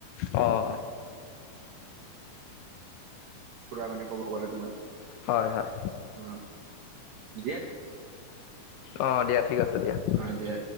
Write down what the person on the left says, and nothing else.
অহ
হয় হয়
অ দিয়া ঠিক আছে দিয়া।